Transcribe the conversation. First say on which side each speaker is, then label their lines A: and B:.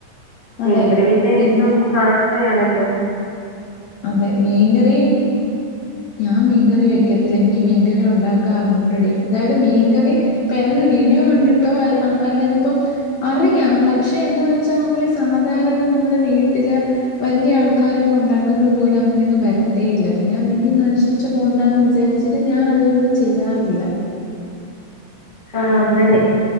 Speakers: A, on the left; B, on the left.
A: അതെ.
B: മീൻകറി പിന്നെ
A: പിൻ
B: ഇപ്പം കാ ണല്ലോ
A: അതെ മീൻകറി ഞാൻ മീൻകറി വെയ് ക്കൂല്ല എനിക്ക് മീൻകറി ഉണ്ടാക്കാൻ അറിഞ്ഞൂടെടി അതായത് മീൻകറി ഇപ്പ ഏതേലും വീഡിയോ കണ്ടിട്ടോ അ അല്ലാതിപ്പം അറിയാം പക്ഷെ എന്താന്നവച്ച സാധാരണ നമ്മുടെ വീട്ടിൽ വല്യ ആൾക്കാരൊക്കെ ഉ ന്നതുപോലെ അങ്ങനെ ഒന്നും വരത്തേ ഇല്ല പിന്നെ ആ മീൻ നശിച്ചു പോവണ്ടാന്ന് വിചാരിച്ചിട്ട് ഞാൻ അതൊന്നും ചെയ്യാറില്ല.
B: ആ അങ്ങനെ